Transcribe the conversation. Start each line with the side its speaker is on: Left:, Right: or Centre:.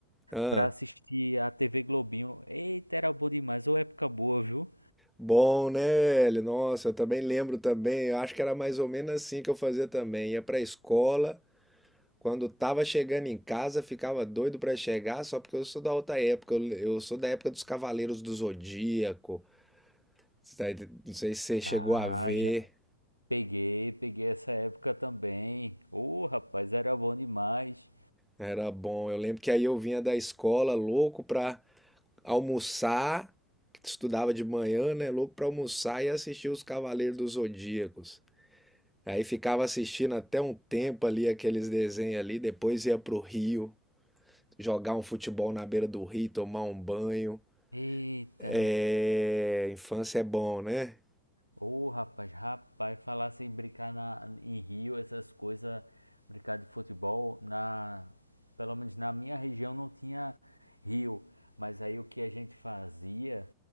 Centre: ah.
Right: pra assistir a TV Globinho. Eita, era bom demais. Ou época boa, viu?
Centre: Bom, né, velho? Nossa, eu também lembro também. Eu acho que era mais ou menos assim que eu fazia também. Ia pra escola, quando tava chegando em casa, ficava doido pra chegar, só porque eu sou da outra época. Eu, eu sou da época dos Cavaleiros do Zodíaco. Você tá ent- Não sei se você chegou
Right: Ah,
Centre: a ver.
Right: já peguei, peguei essa época também. Ô, rapaz, era bom demais.
Centre: Era bom. Eu lembro que aí eu vinha da escola louco pra almoçar, que estudava de manhã, né? Louco para almoçar e assistir os Cavaleiros dos Zodíacos. Aí ficava assistindo até um tempo ali aqueles desenhos ali, depois ia pro Rio, jogar um futebol na beira do rio, tomar um banho.
Right: Eita.
Centre: É, infância é bom, né?
Right: Ô, rapaz, rapaz, falar sem brincar na, em Rio, essas coisas, brincar de futebol, na, pelo menos na minha região não tinha rio, mas aí o que a gente fazia,